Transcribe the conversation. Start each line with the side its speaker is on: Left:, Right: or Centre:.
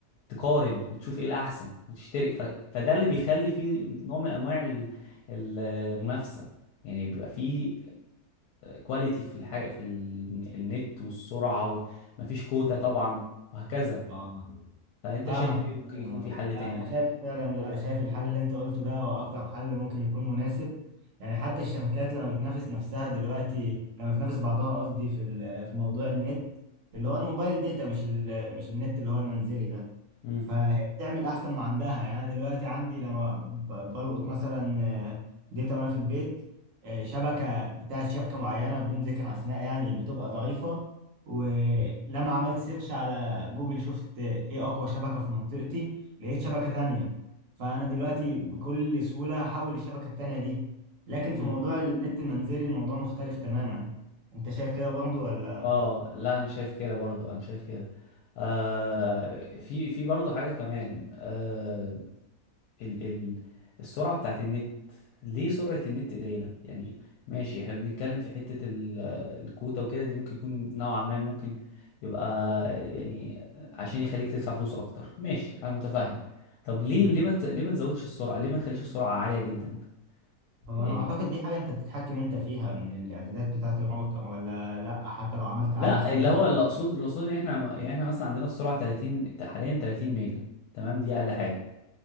Left: تقارن وتشوف ايه الاحسن وتشترك ف... فده اللي بيخلي فيه نوع من انواع ال- المنافسه يعني بيبقى فيه كواليتي في الحاجه في ال- النت والسرعه وال- مفيش كوتا طبعا وهكذا
Right: اه
Left: فانت
Right: فاهمك
Left: شايف ايه
Right: عامة،
Left: ممكن
Right: اه
Left: يكون في حل
Right: لا
Left: تاني
Right: انا شايف فعلا لا شايف الحل اللي انت قلته ده هو اكتر حل ممكن يكون مناسب يعني حتى الشركات لما بتنافس نفسها دلوقتي لما بتنافس بعضها قصدي في ال- في موضوع النت اللي هو الموبايل داتا مش ال- مش النت اللي هو المنزلي ده
Left: امم
Right: فهي بتعمل احسن ما عندها يعني انا دلوقتي عندي لما ب- بلقط مثلا داتا وانا في البيت آه، شبكه بتاعت شركه معينه بدون ذكر اسماء يعني بتبقى ضعيفه ولما عملت سيرش على جوجل شفت آه، ايه اقوى شبكه في منطقتي لقيت شبكه تانية فانا دلوقتي بكل سهوله هحول للشبكه التانية دي لكن في
Left: امم
Right: موضوع النت المنزلي الموضوع مختلف تماما انت شايف كده برضه ولا
Left: اه لا انا شايف كده برضو انا شايف كده آه في في برضو حاجه كمان آه ال ال السرعة بتاعت النت ليه سرعة النت قليلة يعني ماشي احنا بنتكلم في حتة ال- الكوتا وكده دي ممكن يكون نوعا ما ممكن يبقى يعني عشان يخليك تدفع فلوس اكتر ماشي انا متفاهم طب ليه
Right: مم.
Left: ليه ما تز- ليه ما تزودش السرعة ليه ما تخليش السرعة عالية جدا
Right: هو
Left: يعني
Right: انا اعتقد دي حاجه انت بتتحكم انت فيها من الاعدادات بتاعه الراوتر ولا لا حتى لو عملت
Left: لا
Right: اعلى حاجه
Left: اللي
Right: بتفضل
Left: هو اللي اقصد اللي اقصد ان احنا يعني احنا مثلا عندنا السرعة 30 حاليا 30 ميجا تمام دي اقل حاجة